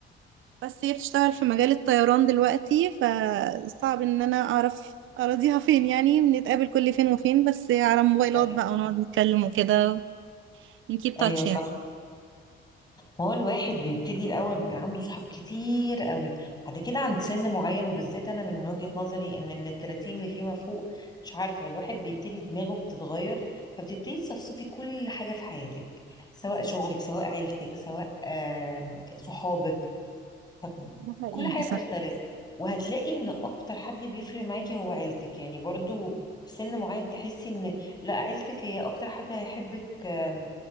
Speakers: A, on the right; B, on the left.
A: بس هي بتشتغل في مجال الطيران دلوقتي فصعب ان انا اعرف اراضيها فين يعني بنتقابل كل فين وفين بس على موبايلات
B: ايوه
A: بقى ونقعد نتكلم وكده نكيب
B: ايوه
A: تاتش
B: صح
A: يعني
B: ما هو الواحد بيبتدي الاول بيبقى عنده صحاب كتير قوي بعد كده عند سن معين وبالذات انا من وجهة نظري ان من التلاتين اللي فيما فوق مش عارفه الواحد بيبتدي دماغه بتتغير فبتبتدي تصفصفي كل حاجه في حياتك سواء شغلك سواء عيلتك سواء آم، صحابك طب
A: ده حقيقي
B: كل حاجة
A: صح
B: بتختلف وهتلاقي ان اكتر حد بيفرق معاكي هو عيلتك يعني برضو في سن معين تحسي ان لا عيلتك هي اكتر حد هيحبك آم،